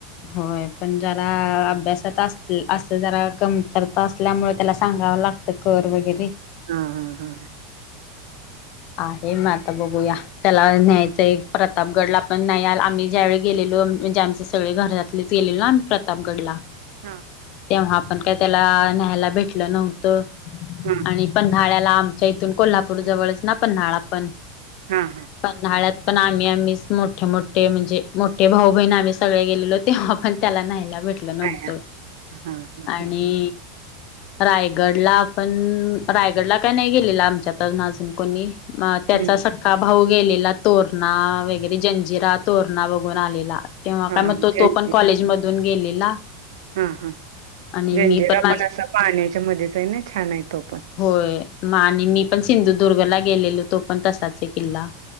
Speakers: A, on the left (about 35°); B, on the right (about 80°).
A: होय.. पण जरा, अभ्यासात अस असं जरा कमतरता असल्यामुळे त्याला सांगावं लागतं कर वगैरे,
B: हा हा हा.
A: आहे मग आता बघूया, त्याला न्यायचंय प्रतापगडला पण नाही आला आम्ही ज्या वेळी गेलेलो. म्हणजे आमचे सगळे घरातलेच गेलेलो ना आम्ही प्रतापगडला.
B: हा..
A: आपण का त्याला न्यायला भेटल नव्हतं
B: हा
A: आणि पन्हाळ्याला, आमच्या इथून कोल्हापूर जवळच ना पन्हाळा पण
B: हा हा
A: पन्हाळ्यात, पण आम्ही आम्हीच, मोठे मोठे म्हणजे मोठे भाऊ बहिण आम्ही सगळे गेलेलो तेव्हा पण त्याला नाही न्हायल. भेटलं नव्हत
B: काय हा हा हा
A: आणि, रायगडला पण.. रायगडला काय नाही गेलेलं आमच्यातल अजून कोणी. मग त्याचा
B: हम्म
A: सक्का भाऊ गेलेला. तोरणा वगैरे जंजिरा तोरणा बघून आलेला. तेव्हा
B: हा
A: काय मग तो, तो
B: जंजी
A: पण कॉलेज मधून गेलेला.
B: हा हा,
A: आणि
B: जंजिरा
A: मी माझ
B: पण असा पाण्याच्या मध्येच, आहे ना छान आहे तो पण.
A: होय म आणि मी पण सिंधुदुर्गला गेलेलो, तो पण तसाच आहे किल्ला.